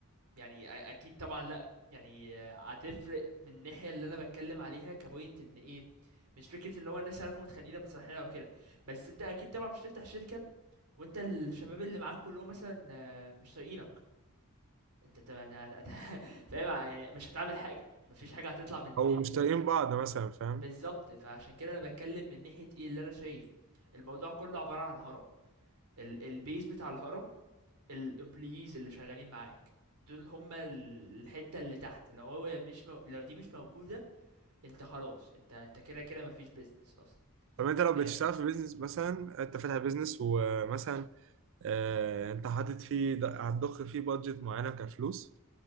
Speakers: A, on the right; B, on the right.
A: يعني أ- اكيد طبعا لا يعني هتفرق من الناحيه اللي انا بتكلم عليها كبوينت ان ايه مش فكره ان هو الناس يعرفوا متخانقين لما صالحين او كده بس انت اكيد طبعا مش تفتح شركه وانت الشباب اللي معاك كلهم مثلا آه، مش طايقينك انت طبعا هت- هت- <laughs> فاهم يعني مش هتعمل حاجه مفيش حاجه هتطلع من
B: او
A: منك
B: مش طايقين بعض مثلا فاهم
A: بالظبط فعشان كده انا بتكلم من ناحيه ايه اللي انا شايف الموضوع كله عباره عن هرم ال- البيز بتاع الهرم الامبلويز اللي شغالين معاك دول هما ال- الحتة اللي تحت لو هو مش مو... لو دي مش موجودة انت خلاص انت انت كده كده مفيش بيزنس اصلا
B: طب انت لو
A: فاهم
B: بتشتغل في بيزنس مثلا انت فاتح بيزنس ومثلا آه، انت حاطط فيه هتضخ فيه بادجت معينه كفلوس